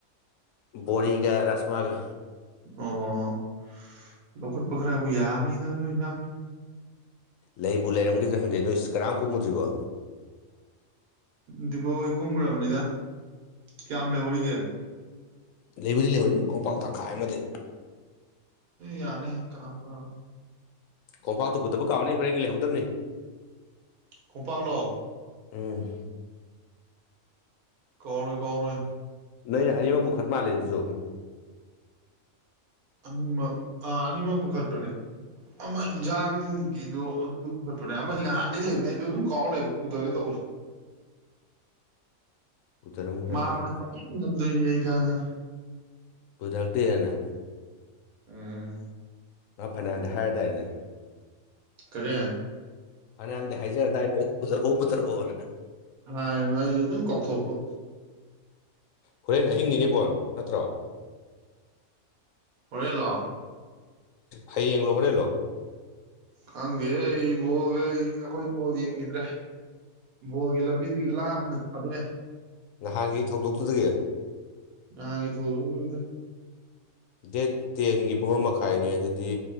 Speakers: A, on the left; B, on the right.
A: ꯕꯣꯔꯤꯒ ꯔꯁꯃꯒ
B: ꯑꯣ ꯂꯧꯈꯠꯄ ꯈꯔꯕꯨ ꯌꯥꯕꯅꯤꯗ ꯑꯗꯨ ꯏꯟꯁꯥꯡ
A: ꯂꯩꯕꯨ ꯂꯩꯔꯝꯗ꯭ꯔꯥ ꯍꯪꯗꯦ ꯅꯣꯏ ꯀꯔꯝ ꯀꯨꯝꯗ꯭ꯔꯤꯕꯣ
B: ꯗꯤꯕꯣ ꯍꯣꯏ ꯀꯨꯝꯈ꯭ꯔꯕꯅꯤꯗ ꯀꯌꯥꯝ ꯂꯩꯍꯧꯔꯤꯒꯦ
A: ꯂꯩꯕꯨꯗꯤ ꯂꯩꯍꯧꯔꯤꯕꯅꯤ ꯈꯣꯝꯄꯥꯛ ꯇꯪꯈꯥꯏ ꯑꯃꯗꯤ
B: ꯌꯥꯅꯤ ꯀꯅꯥ ꯀꯅꯥ
A: ꯀꯣꯡꯝꯄꯥꯛꯇꯨ ꯄꯨꯗꯕ ꯀꯥꯎꯅꯤ ꯍꯣꯔꯦꯟꯒꯤ ꯂꯩꯍꯧꯗꯕꯅꯤ
B: ꯈꯣꯡꯄꯥꯡꯂꯣ
A: ꯎꯝ
B: ꯀꯣꯏ ꯀꯔꯣꯏ
A: ꯅꯣꯏꯅ ꯑꯅꯤꯃꯛ ꯄꯨꯈꯠ ꯃꯥꯜꯂꯦ ꯑꯗꯨꯁꯨ
B: ꯑꯅꯤꯃꯛ ꯑ ꯑꯅꯤꯃꯛ ꯄꯨꯈꯠꯄꯅꯦ ꯑꯃ ꯏꯟꯖꯥꯡꯒꯤꯗꯣ ꯑꯗꯨꯗ ꯄꯨꯈꯠꯄꯅꯦ ꯑꯃꯗꯤ ꯅꯍꯥꯟꯗꯒꯤ ꯂꯩꯗꯣ ꯑꯗꯨꯝ ꯀꯥꯎꯔ ꯂꯩꯕ ꯄꯨꯊꯒꯦ ꯇꯧꯔꯁꯨ
A: ꯄꯨꯊꯔꯝꯃꯨ ꯍꯣꯔꯦꯟ
B: ꯃꯥꯃꯅ
A: ꯈꯔ
B: ꯋꯥꯎꯅꯤꯡꯉꯝꯗꯣꯏꯁꯤ ꯑꯩ ꯈꯪꯉꯦ
A: ꯄꯨꯊꯛꯇꯦꯅ
B: ꯎꯝ
A: ꯃꯥ ꯐꯅ ꯌꯥꯝꯗꯤ ꯍꯥꯏꯔꯗꯥꯏꯅꯦ
B: ꯀꯔꯤ
A: ꯐꯅꯌꯥꯝꯝꯗꯤ ꯍꯥꯏꯖꯔꯗꯥꯏꯅꯦ ꯄꯨꯊꯔꯛꯎ ꯄꯨꯊꯔꯛꯑꯣꯅ
B: ꯍꯥꯏ ꯑꯩꯁꯨ ꯑꯗꯨꯝ ꯀꯥꯎꯊꯣꯛꯄ
A: ꯍꯣꯔꯦꯟ ꯑꯍꯤꯡꯅꯤꯅꯦꯕꯣ ꯅꯠꯇ꯭ꯔꯣ
B: ꯍꯣꯔꯦ ꯂꯣ
A: ꯍꯌꯦꯡꯂꯣ ꯍꯣꯔꯦꯟꯂꯣ
B: ꯈꯪꯗꯦ ꯑꯩ ꯕꯣꯜ ꯑꯩꯈꯣꯏ ꯕꯣꯜ ꯌꯦꯡꯈꯤꯗ꯭ꯔꯦ ꯕꯣꯜꯒꯤ ꯂꯝꯕꯤ ꯂꯥꯞꯅ ꯊꯗꯣꯛꯑꯦ
A: ꯅꯍꯥꯟꯒꯤ ꯊꯧꯗꯣꯛꯇꯨꯗꯒꯤ
B: ꯅꯍꯟꯒꯤ ꯊꯧꯗꯣꯛꯗꯨꯗ
A: ꯗꯦꯠ ꯇꯦꯟꯒꯤ ꯄꯨꯡ ꯃꯈꯥꯏꯅꯦ ꯑꯗꯨꯗꯤ